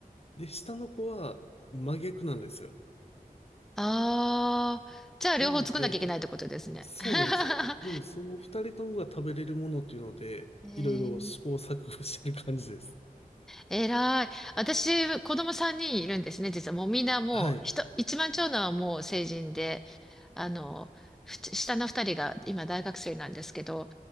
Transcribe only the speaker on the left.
で、下の子は真逆なんですよ。
なので、そうなんですよ。
なので、その二人ともが食べれるものっていうので、
いろいろ試行錯誤してる感じです。
はい。